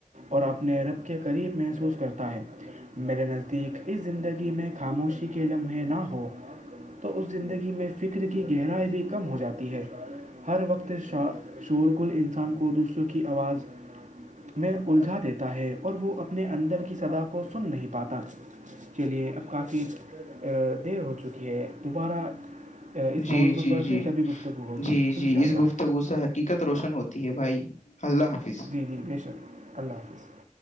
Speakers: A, on the right; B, on the left.
A: اور اپنے رب کے قریب محسوس کرتا ہے میرے نزدیک اس زندگی میں خاموشی کے لمحے نہ ہو تو اس زندگی میں فکر کی گہرائی بھی کم ہو جاتی ہے ہر وقت شا شور گل انسان کو دوسروں کی آواز میں الجھا دیتا ہے اور وہ اپنے اندر کی سدا کو سن نہیں پاتا چلیے اب کافی دیر ہو چکی ہے دوبارہ اس
B: جی
A: موضوع
B: جی
A: پر
B: جی
A: پھر کبھی گفتگو ہوگی
B: جی
A: انشاء
B: جی
A: اللہ
B: اس گفتگو ساح <unintelligible> حقیقت روشن ہوتی ہے بھائی اللہ حافظ
A: جی جی بے شک اللہ حافظ